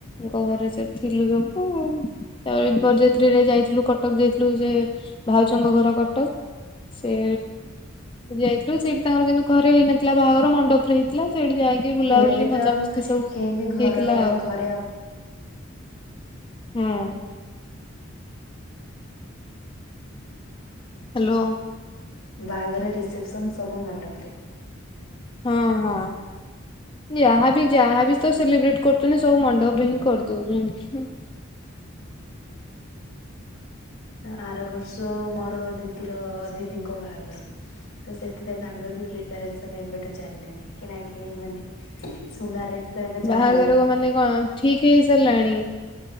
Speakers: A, on the left (about 25°); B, on the left (about 85°).
A: ଘରେ ସେଠି ଥିଲୁ ସବୁ ତାପରେ ବରଯାତ୍ରୀରେ ଯାଇଥିଲୁ କ ଟକ ଯାଇଥିଲୁ ସେ ଭାଉଜଙ୍କ ଘର କଟକ ସେ ସେଠି ଯାଇଥିଲୁ ସେଠି ତାଙ୍କର କିନ୍ତୁ ଘରେ ହେଇନଥିଲା ବାହାଘର ମଣ୍ଡପରେ ହେଇଥିଲା ସେଇଠି କି ବୁଲାବୁଲି
B: ଏବେ ତ
A: ମଜାମସ୍ତି
B: ଆଉ
A: ସବୁ
B: କେହି ବି ଘର
A: ହେଇଥିଲା ଆଉ।
B: ଘରେ
A: ହଁ। ହ୍ୟାଲୋ
B: ବାହାଘର ରିସେପସନ ସବୁ ମଣ୍ଡପ ରେ।
A: ହଁ ହଁ। ଯାହାବି ଯାହାବି ତ ସେଲିବ୍ରେଟ କରୁଛନ୍ତି ସବୁ ମଣ୍ଡପରେ ହିଁ କରିଦଉଛନ୍ତି ହୁଁ। <inaudible>
B: ଆର ବର୍ଷ ମୋର ଦିଦିର ଦିଦିଙ୍କ ବାହାଘର। ତ ସେଥିପାଇଁ ତାଙ୍କର ବି ପ୍ରିପାରେସନ ଏବେଠୁ ଚାଲିଲେଣି କିଣା କିିଣି ମାନେ ସୁନା ରେଟ ତ ଏବେ ଯାହା
A: ବାହାଘର
B: ହେଲାଣି
A: ମାନେ କଣ ଠିକ ହେଇ ସାରିଲାଣି?